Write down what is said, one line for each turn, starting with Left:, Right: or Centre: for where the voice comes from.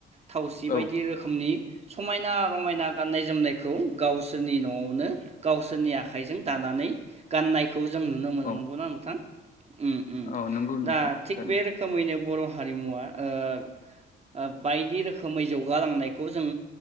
Right: थावसि बायदि
Left: औ
Right: रोखोमनि समायना रमायना गाननाय जोमनायखौ गावसोरनि न'आवनो गावसोरनि आखाइजों दानानै नानै गाननायखौ जों नुनो मोनो
Left: औ
Right: नांगौना नोंथां उम उम
Left: औ नंगौ नोंथां
Right: दा थिग
Left: सारनि
Right: बे रोखोमैनो बर' हारिमुवा ओ बायदि रोखोमै जौगालांनायखौ जों